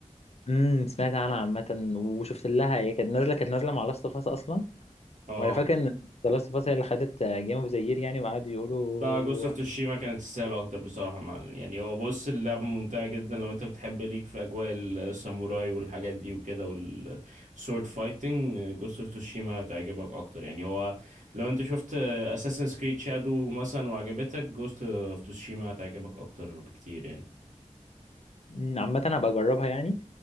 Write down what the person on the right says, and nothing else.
اه
لا جوست اوف توشيما كانت تستاهل اكتر بصراحه مع يعني هو بص اللعبه ممتعه جدا لو انت بتحب ليك في اجواء الساموراي والحاجات دي وكده والسورد فايتنج جوست اوف توشيما هتعجبك اكتر يعني هو لو انت شفت اساسن كريد شادو مثلا وعجبتك جوست اوف توشيما هتعجبك اكتر بكتير يعني